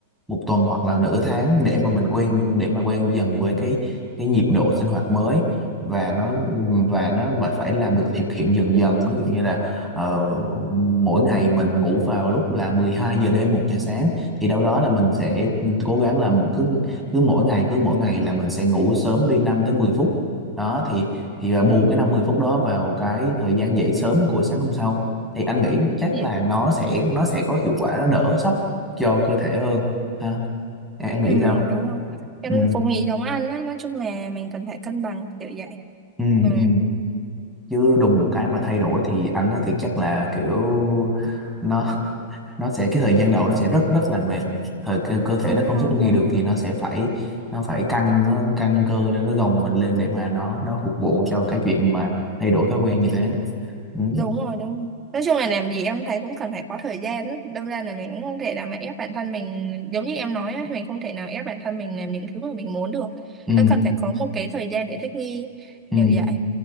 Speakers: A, in the centre; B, on the right.
A: một tuần hoặc là nửa tháng để mà mình quen để mà quen dần với cái cái nhịp độ sinh hoạt mới và nó và nó mà phải làm được thực hiện dần dần ví dụ như là ờ, mỗi ngày mình ngủ vào lúc là 12 giờ đêm một giờ sáng thì đâu đó là mình sẽ cố gắng làm cứ cứ mỗi ngày cứ mỗi ngày là mình sẽ ngủ sớm đi 5 tới 10 phút đó thì thì là bù cái 50 phút đó vào cái thời gian dậy sớm của sáng hôm sau thì anh nghĩ chắc
B: Dạ.
A: là nó sẽ nó sẽ có hiệu quả nó đỡ sốc cho cơ thể hơn ha em, em
B: ừ
A: nghĩ sao
B: đúng không em
A: ừ
B: cũng nghĩ giống anh á nói chung là mình cần phải cân bằng kiểu vậy
A: ừ
B: ừ
A: ừ chứ đùng một cái mà thay đổi thì anh ấy thì chắc là kiểu nó <laughs> nó sẽ cái thời gian đầu nó sẽ rất rất là mệt thời cơ, cơ thể
B: đúng
A: nó
B: rồi
A: không thích nghi
B: đúng
A: được
B: rồi
A: thì nó sẽ phải nó phải căng nó căng cơ lên nó gồng mình lên để mà nó nó phục vụ cho cái chuyện mà thay đổi thói quen như thế ừ.
B: đúng rồi đúng rồi. nói chung là làm gì em thấy cũng cần phải có thời gian á. đâm ra là mình cũng không thể nào mà ép bản thân mình giống như em nói á, mình không thể nào ép bản thân mình làm những thứ mà mình muốn được
A: Ừ.
B: nó cần phải có một cái thời gian để thích nghi
A: Ừ.
B: kiểu vậy